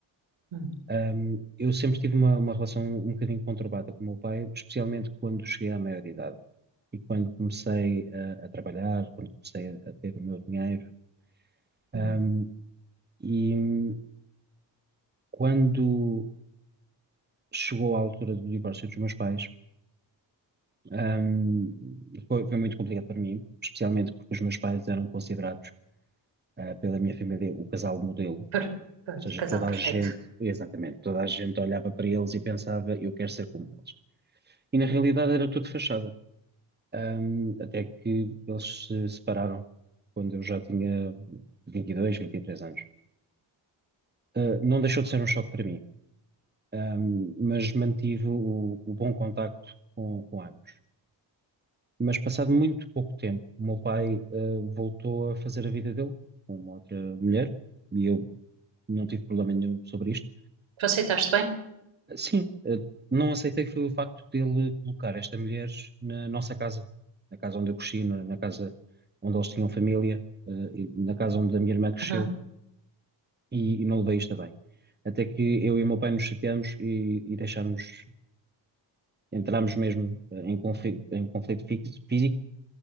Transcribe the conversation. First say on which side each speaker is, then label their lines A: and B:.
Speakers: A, on the right; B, on the right.
A: hum,
B: Um, eu sempre tive uma, uma relação um bocadinho conturbada com o meu pai, especialmente quando cheguei à maioridade e quando comecei a, a trabalhar, quando comecei a, a ter o meu dinheiro.
A: hum.
B: Um, e, Quando chegou à altura do divórcio dos meus pais, hum, foi, foi muito complicado para mim, especialmente porque os meus pais eram considerados, ah, pela minha família o casal modelo. Ou
A: Per- per-
B: seja,
A: Casal
B: toda
A: perfeito.
B: a gente, exatamente, toda a gente olhava para eles e pensava, eu quero ser como eles. E na realidade era tudo fachada. Hum, até que eles se separaram quando eu já tinha vinte vinte e dois, vinte e três anos. Uh, não deixou de ser um choque para mim, um, mas mantive o, o bom contacto com, com ambos. Mas passado muito pouco tempo, o meu pai, eh, voltou a fazer a vida dele com uma outra mulher e eu não tive problema nenhum sobre isto.
A: Tu aceitaste bem?
B: Sim, eh, não aceitei foi o facto dele colocar esta mulher na nossa casa, na casa onde eu cresci, na, na casa onde eles tinham família, eh, e na casa onde a minha irmã cresceu
A: Uhum,
B: e, e não levei isto a bem. Até que eu e o meu pai nos chateamos e, e deixámos, entrámos mesmo eh, em conflito, em conflito fí- físico